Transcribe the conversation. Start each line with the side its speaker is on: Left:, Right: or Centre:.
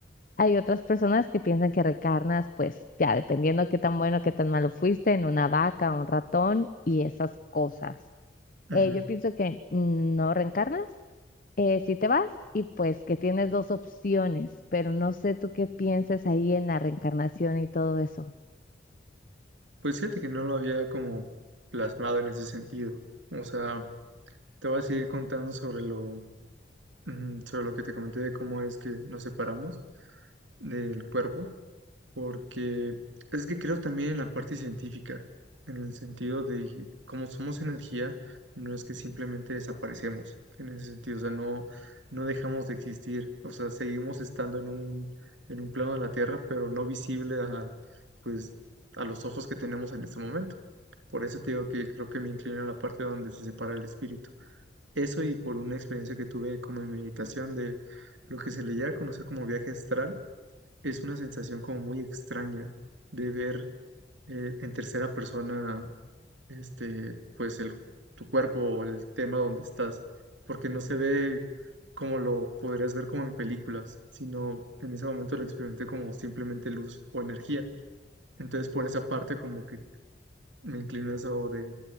Left: Hay otras personas que piensan que reencarnas, pues ya dependiendo qué tan bueno, qué tan malo fuiste, en una vaca, un ratón y esas cosas.
Right: Ujú.
Left: Eh, yo pienso que no reencarnas, eh, si te vas y pues que tienes dos opciones, pero no sé tú qué pienses ahí en la reencarnación y todo eso.
Right: Pues fíjate que no lo había como plasmado en ese sentido. O sea, te voy a seguir contando sobre lo, mm, sobre lo que te comenté de cómo es que nos separamos del cuerpo. porque es que creo también en la parte científica, en el sentido de como somos energía, no es que simplemente desaparecemos, en ese sentido, o sea, no, no dejamos de existir, o sea, seguimos estando en un, en un plano de la Tierra, pero no visible a, pues, a los ojos que tenemos en este momento. Por eso te digo que creo que me inclino a la parte donde se separa el espíritu. Eso y por una experiencia que tuve como en meditación de lo que se le llega a conocer como viaje astral es una sensación como muy extraña de ver eh, en tercera persona, este, pues el, tu cuerpo, o el tema donde estás, porque no se ve como lo podrías ver como en películas, sino en ese momento lo experimenté como simplemente luz o energía. Entonces por esa parte como que me inclino a eso de,